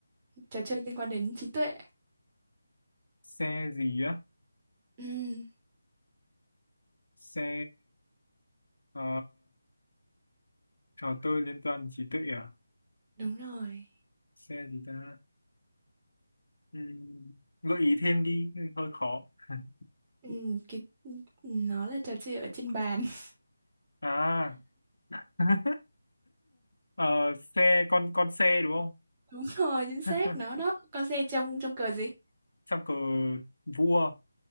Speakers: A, on the right (about 20°); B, on the left (about 65°).
A: Trò chơi liên quan đến trí tuệ.
B: xe gì á
A: Ừ.
B: xe ờ, trò chơi liên toàn trí tuệ à
A: Đúng rồi.
B: xe gì ta Ừm, gợi ý thêm đi hơi khó <laughs>
A: Ừ, cái, ừ, nó là trò chơi ở trên bàn. <laughs>
B: à <laughs> Ờ, xe con con xe đúng không
A: Đúng rồi, chính xác.
B: <laughs>
A: Nó đó. Con xe trong trong cờ gì?
B: trong cờ vua